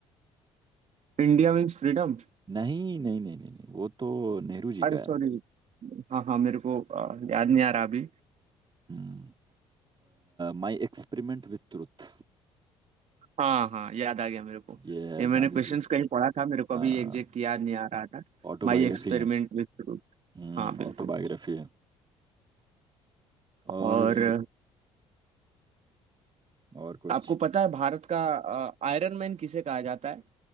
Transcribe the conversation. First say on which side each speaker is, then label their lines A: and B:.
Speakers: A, on the right; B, on the right.
A: इंडिया मीन्स फ्रीडम
B: नहीं नहीं नहीं नहीं नहीं वो तो नेहरू जी
A: अरे
B: का है
A: सॉरी हाँ हाँ मेरे को आ, याद नहीं आ रहा अभी
B: हम्म माय एक्सपेरिमेंट विथ ट्रुथ
A: हाँ हाँ याद आ गया मेरे को
B: ये है
A: ये
B: गांधी
A: मैंने क्वेश्चंस
B: जी की,
A: कहीं पढ़ा था मेरे को
B: हाँ
A: अभी एग्जैक्ट याद नहीं आ रहा था
B: ऑटोबायोग्राफी
A: My experiment
B: है
A: with truth
B: हम्म
A: हाँ बिल्कुल
B: ऑटोबायोग्राफी है और
A: और
B: और कुछ
A: आपको पता है भारत का आयरन मैन किसे कहा जाता है